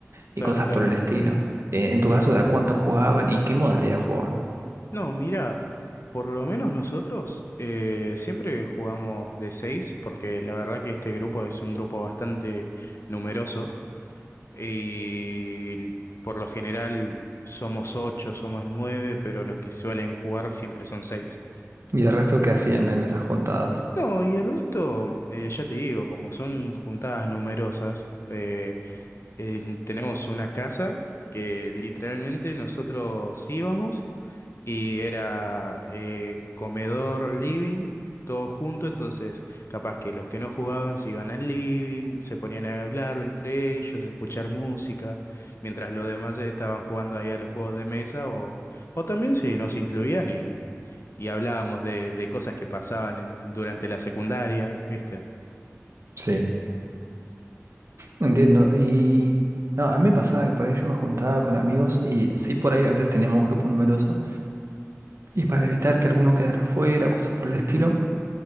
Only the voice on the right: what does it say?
y cosas
por el estilo. Eh, en tu caso, ¿de a cuánto jugaban y qué modalidad jugaban?
Y el resto que hacían en esas juntadas.
Sí. Entiendo, y no, a mí me pasaba que por ahí yo me juntaba con amigos y sí por ahí a veces teníamos grupos numerosos Y para evitar que alguno quedara fuera, cosas por el estilo,